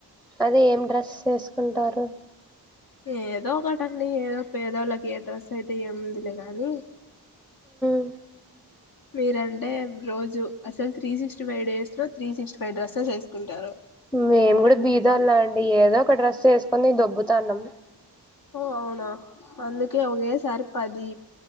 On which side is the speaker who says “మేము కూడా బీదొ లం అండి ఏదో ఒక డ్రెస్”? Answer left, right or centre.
Centre